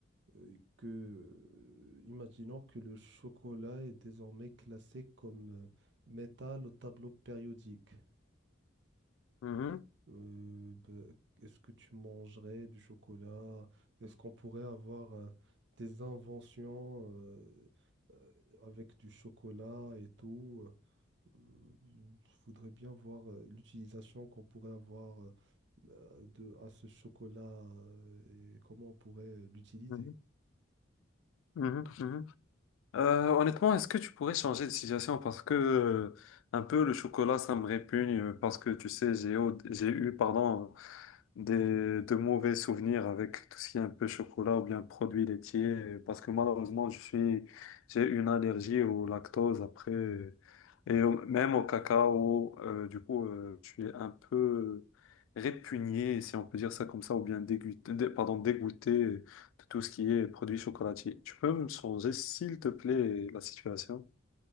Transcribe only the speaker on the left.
Mhm,
mhm, mhm, mhm. Euh, honnêtement, est-ce que tu pourrais changer de situation? Parce que euh, un peu le chocolat, ça me répugne euh, parce que tu sais, j'ai eu, j'ai eu pardon, des, de mauvais souvenirs avec tout ce qui est un peu chocolat ou bien produits laitiers, parce que malheureusement, je suis, j'ai une allergie au lactose après, et au- même au cacao, euh, du coup, euh, je suis un peu répugné, si on peut dire ça comme ça, ou bien dégoûté, dé- pardon, dégoûté de tout ce qui est produits chocolatiers. Tu peux me changer, s'il te plaît, la situation?